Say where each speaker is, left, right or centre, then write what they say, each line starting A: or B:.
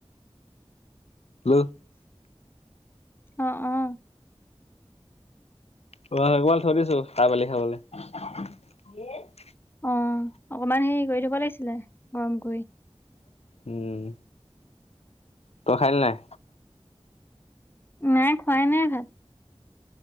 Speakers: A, on the left; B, on the left.
A: হেল্ল'
B: অ অ
A: অ অকবমান থৈ দিছো তাই পালি খাবলৈ <unintelligible>
B: অ অকমান হেৰি কৰি থব লাগিছিলে গ
A: উম তই খালি নাই
B: নাই খোৱাই নাই ভাত